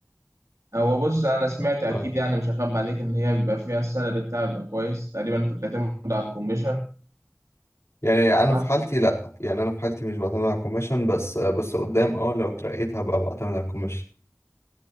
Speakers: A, on the right; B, on the left.
A: هو بص انا سمعت اكيد
B: اه
A: يعني مش هخبي عليك ان هي بيبقى فيها السالري بتاعها بيبقى كويس تقريبا انت بتعتمد على الكوميشن
B: يعني
A: صح؟
B: انا في حالتي لا يعني انا في حالتي مش بعتمد على الكوميشن بس بس قدام اه لو اترقيت هبقى بعتمد على الكوميشن